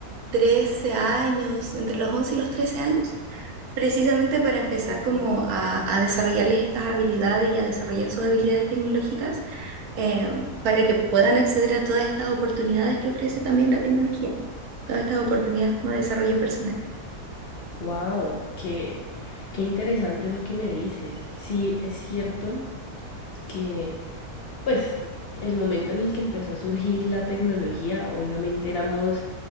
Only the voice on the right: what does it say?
13 años, entre los 11 y los 13 años precisamente para empezar
como a, a desarrollarles estas habilidades y a desarrollar sus habilidades tecnológicas eh, para que puedan acceder a todas estas oportunidades que ofrece también la tecnología, todas estas oportunidades como de desarrollo personal.